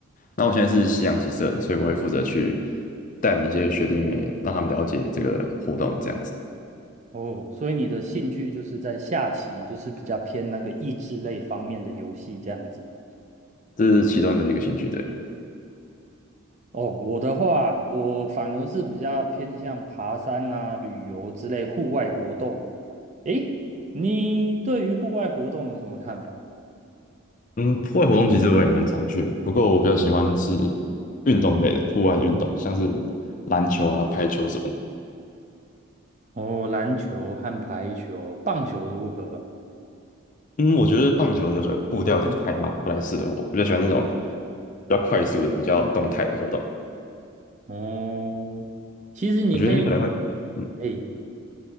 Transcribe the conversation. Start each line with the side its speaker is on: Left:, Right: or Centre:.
Left: 那我现在是夕阳棋社的，所以我会负责去带领一些学弟妹，让他们了解这个活动，这样子，
Right: 哦，所以你的兴趣就是在下棋，就是比较偏那个益智类方面的游戏这样子啊
Left: 这是其中的一个兴趣。对，
Right: 哦，我的话，我反而是比较偏向爬山啊、旅游之类户外活动。诶，你对于户外活动有什么看法？
Left: 嗯，户外活动其实我也蛮常去的，不过我比较喜欢是运动类的，户外的运动，像是篮球啊、排球什么的。
Right: 哦，篮球和排球、棒球如何啊？
Left: 嗯，我觉得棒球的步调有点太慢，不太适合我。我比较喜欢那种比较快速的、比较动态的活动。
Right: 哦，其实你可以。
Left: 我觉得你可能会。嗯。
Right: 哎，